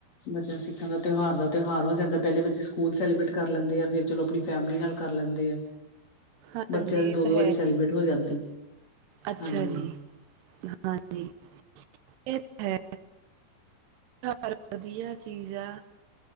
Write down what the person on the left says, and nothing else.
ਬੱਚਿਆਂ ਸਿੱਖਾਂ ਦਾ ਤਿਉਹਾਰ ਦਾ। ਤਿਉਹਾਰ ਹੋ ਜਾਂਦਾ ਪਹਿਲੇ ਬੱਚੇ ਸਕੂਲ ਸੈਲੀਬ੍ਰੇਟ ਕਰ ਲੈਂਦੇ ਆ ਫਿਰ ਚਲੋ ਆਪਣੀ ਫੈਮਿਲੀ ਨਾਲ ਕਰ ਲੈਂਦੇ ਆ।
ਬੱਚਿਆਂ ਦੇ ਦੋ
ਦੋ
ਵਾਰੀ ਸੈਲੀਬ੍ਰੇਟ
ਹੋ ਜਾਂਦੀ।
ਹਾਂਜੀ-ਹਾਂਜੀ